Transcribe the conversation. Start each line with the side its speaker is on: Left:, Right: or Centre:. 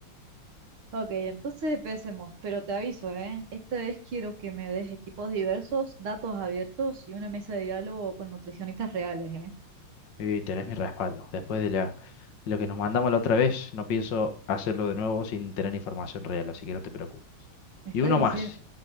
Right: Ok, entonces empecemos, pero te aviso, ¿eh? Esta vez quiero que me des equipos diversos, datos abiertos y una mesa de diálogo con nutricionistas reales, ¿eh?
Left: Y tenés mi respaldo. Después de la, lo que nos mandamos la otra vez, no pienso hacerlo de nuevo sin tener información real, así que no te preocupes.
Right: ¿Me estás
Left: Y uno
Right: diciendo,
Left: más,